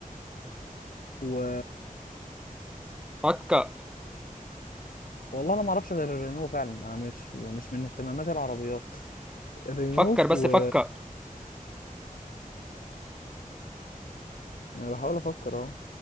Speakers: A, on the left; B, in the centre.
A: و
B: فكر
A: والله انا ما اعرفش غير الرينو فعلا انا مش مش من اهتماماتي العربيات الرينو
B: فكر بس
A: و
B: فكر
A: انا بحاول افكر اهو